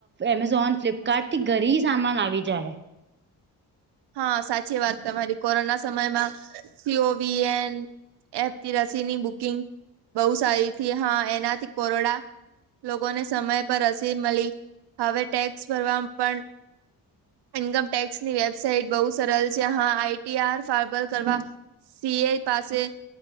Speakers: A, on the right; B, on the right.
A: એમેઝોન ફ્લિપકાર્ટ થી ઘરે સામાન આવી જાય.
B: હા સાચી વાત તમારી કોરોના સમયમાં. સીઓવી એન એપ થી રસીની બુકિંગ. બહુ સારી થી હા એનાથી કોરોડા. લોકોને સમય પર રસી મળી હવે ટેક્સ ભરવા પણ. ઇકમ ટટેક્સની વ્યા સાઇટ બહુ સરળ છે હા આઈટીઆર ફાર્વલ કરવા સીએ પાસે